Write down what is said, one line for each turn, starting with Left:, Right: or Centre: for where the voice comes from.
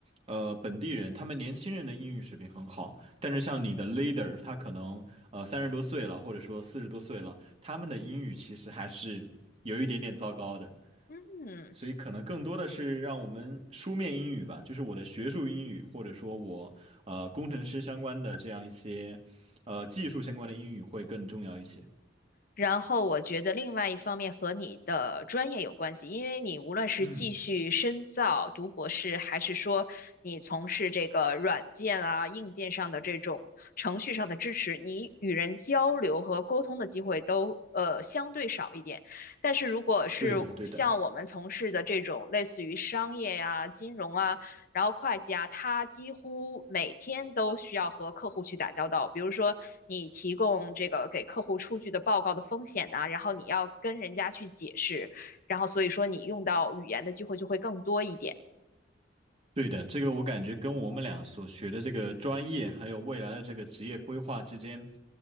Right: 呃，本地人他们年轻人的英语水平很好。但是像你的 leader，他可能呃三十多岁了，或者说四十多岁了，他们的英语其实还是有一点点糟糕的，
Left: 嗯。
Right: 所以可能更多的是让我们书面英语吧，就是我的学术英语，或者说我呃工程师相关的这样一些呃技术相关的英语会更重要一些。
Left: 然后我觉得另外一方面和你的专业有关系，因为你无论是继续深造读博士，
Right: 嗯。
Left: 还是说你从事这个软件啊、硬件上的这种程序上的支持，你与人交流和沟通的机会都呃相对少一点。但是如果是像我们从事的这种类似于商业呀、
Right: 对的，对的。
Left: 金融啊，然后会计啊，他几乎每天都需要和客户去打交道。比如说，你提供这个给客户出具的报告的风险呐、然后你要跟人家去解释，然后所以说你用到语言的机会就会更多一点。
Right: 对的，这个我感觉跟我们俩所学的这个专业，还有未来的这个职业规划之间，